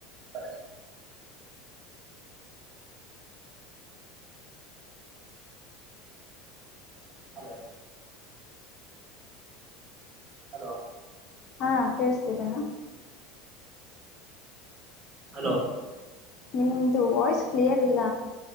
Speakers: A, on the right (about 25°); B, on the left (about 35°).
A: ಸರಿ ಹಲೋ ಹಲೋ
B: ಹಾ ಕೇೇಳಸ್ತಿದ್ದೇನಾ
A: ಹಲೋ
B: ನಿಮ್ದ ವಾಯ್ಸ್ ಕ್ಲಿಯರ್ ಇಲ್ಲ